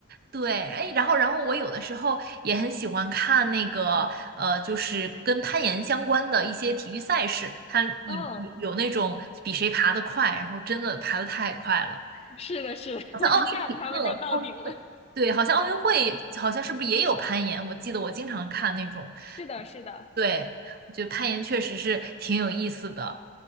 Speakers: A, on the right; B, on the left.
A: 对，哎，然后，然后我有的时候也很喜欢看那个，呃，就是跟攀岩相关的一些体育赛事，它有有那种比谁爬得快，
B: 嗯，
A: 然后真的爬得太快了，
B: 是的，是的，
A: 好像奥林匹克、
B: <laughs> 一下子他们就到顶了。
A: 奥运会，对，好像奥运会好像是不是也有攀岩？我记得我经常看那种，
B: 是的，是的，
A: 对，我觉得攀岩确实是挺有意思的，